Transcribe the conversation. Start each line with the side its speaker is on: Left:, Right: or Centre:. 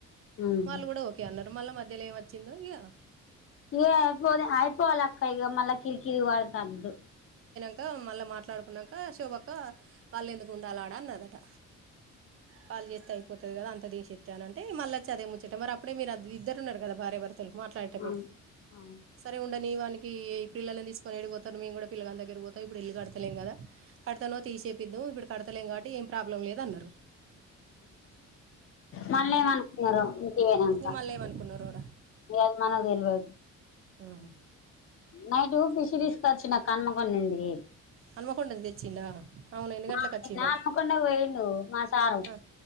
Left: ఉమ్
Right: వాళ్ళు కూడా ఓకే అన్నారు మళ్ళీ మధ్యలో ఏమి వచ్చిందో ఇక
Left: ఇగ అయిపో ఐయిపోల అక్క మల కిరికిరి వదు
Right: ఇకా మళ్ళీ మాట్లాడుకున్నాక శోభక్క వాళ్ళు ఎందుకు ఉండాలి ఆడాన్నదట పాళ్ చేస్తే అయిపోతుంది కదా అంత దీశేత్ అని అంటే మళ్ళాచది అదే ముచ్చట మరి అపుడే మీరు ఇద్దరు ఉన్నారు కదా భార్యభర తలు మాట్లాడేటప్పుడు
Left: అవును అవును
Right: సరే ఉండనీ వానికి పిల్లలని దీస్ కొనిడి పోతారు మేము కూడా పిల్లగాని దగ్గ పోతాం ఇప్పుడు ఇల్ కడతలేం కదా కడతనో తీసిపిద్దు ఇప్పుడు కడతలే కాబట్టి ఏం ప్రాబ్లం లేదన్నారు
Left: మళ్ళ ఏం అనుకున్నారు ఇంటివేనంకా
Right: ఇంకా మళ్ళీ ఏమనుకున్నారు
Left: ఇగ అది మనకు తెలువద్
Right: ఉహు
Left: నైటు పిష్ తీసుకొచ్చినక్క హనుమకొండ నుండి
Right: హన్మకొండ ను తెచ్చిండా అవును ఎన్ని గంటలకు
Left: ఆ నిన
Right: వచ్చిండు
Left: హన్మకొండ పోయిండు మా సారు
Right: ఆ,